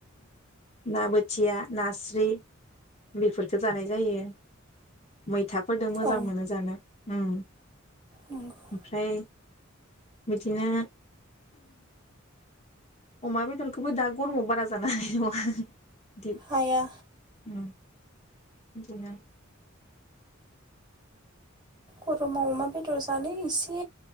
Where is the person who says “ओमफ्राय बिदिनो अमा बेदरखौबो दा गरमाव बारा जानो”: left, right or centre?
Left